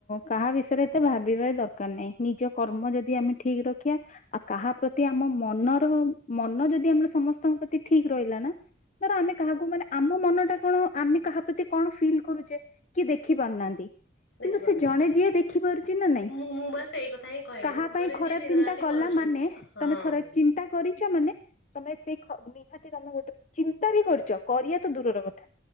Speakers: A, on the left; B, on the left.
A: କାହା ବିଷୟରେ ଏତେ ଭାବିବା ଦରକାର ନାହିଁ ନିଜ କର୍ମ ଯଦି ଆମେ ଠିକ ରଖିବା ଆଉ କାହା ପ୍ରତି ଆମ ମନର ମନ ଯଦି ଆମର ସମସ୍ତଙ୍କ ପ୍ରତି ଠିକ ରହିଲା ନା ଧର ଆମେ କାହାକୁ ମାନେ ଆମ ମନ ଟା କଣ ଆମେ କାହା ପ୍ରତି କଣ ଫିଲ୍ କରୁଛେ କି ଦେଖି ପାରୁନାହାନ୍ତି ।
B: ଦେଖିପାରୁନାହାନ୍ତି
A: କିନ୍ତୁ ସେ ଜଣେ ଯିଏ ଦେଖିପାରୁଛି ନା ନାଇଁ
B: ମୁଁ ମୁଁ ବା ସେଇ କଥା ହିଁ କହେ
A: କାହା
B: ଉପରେ
A: ପାଇଁ ଖରାପ
B: ଯିଏ ଦିନ
A: ଚିନ୍ତା
B: ରାତି
A: କଲା
B: କରୁଛନ୍ତି
A: ମାନେ
B: ହଁ।
A: ତମେ ଥର ଚିନ୍ତା କରିଛ ମାନେ, ତମେ ସେଇ ନିହାତି ତମେ ଗୋଟେ ଚିନ୍ତା ବି କରୁଛ କରିବା ତ ଦୂରର କଥା,